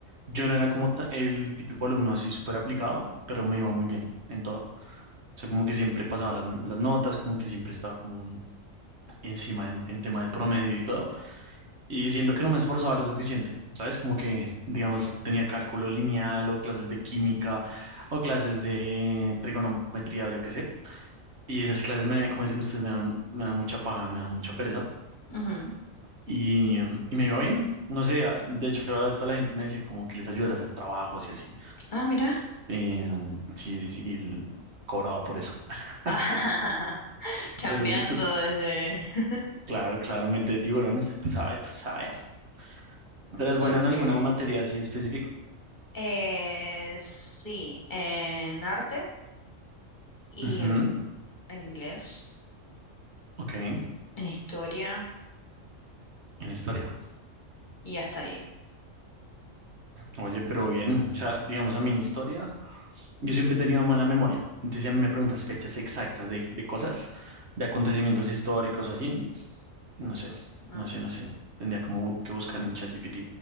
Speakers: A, on the right (about 55°); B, on the left (about 40°).
A: yo no era como ta- el típico alumno así súper aplicado, pero me iba muy bien en todo. O sea, como que siempre pasaba las, las notas, como que siempre estaba como encima en, en tema de promedio y todo. Y siento que no me esforzaba lo suficiente, ¿sabes? Como que, digamos, tenía cálculo lineal o clases de química o clases de trigonometría o yo qué sé. Y esas clases, me, como dicen ustedes, me dan, me dan mucha paja, me dan mucha pereza.
B: Ujú.
A: Y, em, y me iba bien, no sé, a- de hecho, hasta la gente me decía como que les ayudara a hacer trabajos y así.
B: Ah, mira.
A: Eh, sí, sí, sí, y l- cobraba por eso. <laughs>
B: <laughs> Chambeando
A: Pero sí, tú-
B: desde... <laughs>
A: claro, claramente de tiburón, tú sabes, tú sabes. ¿Tú eres buena
B: Okay.
A: en alguna materia así específica?
B: Eh, sí, en arte y
A: Ujú,
B: mm, en inglés,
A: Ok, en
B: en historia
A: historia.
B: y hasta ahí,
A: Oye, pero bien, o sea, digamos a mí en historia, yo siempre he tenido mala memoria. Entonces, si a mí me preguntas fechas exactas de, de cosas, de acontecimientos históricos o así, no sé,
B: ¿no?
A: no sé, no sé. Tendría como bu- que buscar en ChatGPT.